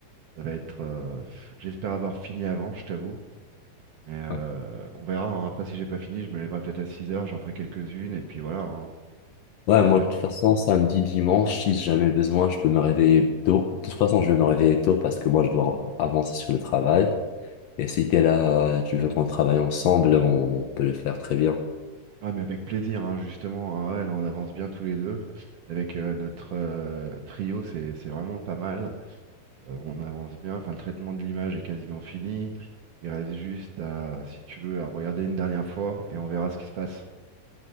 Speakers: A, on the right; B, on the left.
A: ça va être. euh, f- j'espère avoir fini avant, je t'avoue. Mais euh,
B: Ouais,
A: on verra. hein. Après, si j'ai pas fini, je me lèverai peut-être à six heures. J'en ferai quelques-unes. Et puis voilà. hein.
B: Ouais,
A: Enfin,
B: moi
A: On verra.
B: de toute façon, samedi, dimanche, si j'ai jamais besoin, je peux me réveiller tôt. De toute façon, je vais me réveiller tôt parce que moi je dois avancer sur le travail. Et si t'es là, tu veux qu'on travaille ensemble, on peut le faire très bien.
A: Ah, mais avec plaisir, hein, justement. hein. Ouais, non, on avance bien tous les deux. Avec euh, notre euh, trio, c'est c'est vraiment pas mal. Euh, on avance bien, enfin le traitement de l'image est quasiment fini. Il reste juste à, si tu veux, à regarder une dernière fois et on verra ce qui se passe.